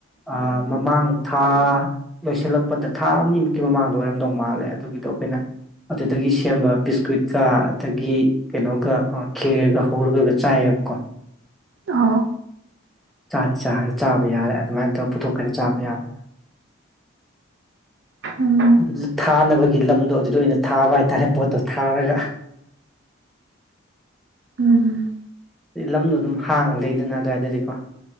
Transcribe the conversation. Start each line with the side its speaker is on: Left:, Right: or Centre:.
Centre: ꯑꯥ ꯃꯃꯥꯡ ꯊꯥ ꯂꯣꯏꯁꯤꯜꯂꯛꯄꯗ ꯊꯥ ꯑꯅꯤꯃꯨꯛꯀꯤ ꯃꯃꯥꯡꯗ ꯑꯣꯏꯔꯝꯗꯧ ꯃꯥꯜꯂꯦ ꯑꯗꯨꯒꯤꯗꯣ ꯑꯩꯈꯣꯏꯅ ꯑꯗꯨꯗꯒꯤ ꯁꯦꯝꯕ ꯕꯤꯁꯀ꯭ꯋꯠꯀ ꯑꯗꯒꯤ ꯀꯩꯅꯣꯒ ꯈꯦꯔꯒ ꯍꯧꯔꯒꯒ ꯆꯥꯏꯑꯕꯀꯣ
Right: ꯑꯣ
Centre: ꯆ ꯆꯥꯕ ꯌꯥꯔꯦ ꯑꯗꯨꯃꯥꯏꯅ ꯇꯧꯔ ꯄꯨꯊꯣꯛꯈꯔꯦ ꯆꯥꯕ ꯌꯥꯕ
Right: ꯎꯝ
Centre: ꯑꯗꯨ ꯊꯥꯅꯕꯒꯤ ꯂꯝꯗꯣ ꯑꯗꯨꯗ ꯑꯣꯏꯅ ꯊꯥꯕ ꯍꯥꯏꯇꯥꯔꯦ ꯄꯣꯠꯇꯣ ꯊꯥꯔꯒ
Right: ꯎꯝꯝ
Centre: ꯂꯝꯗꯣ ꯑꯗꯨꯝ ꯍꯥꯡꯉ ꯂꯩꯗꯅ ꯑꯗꯨꯋꯥꯏꯗꯗꯤꯀꯣ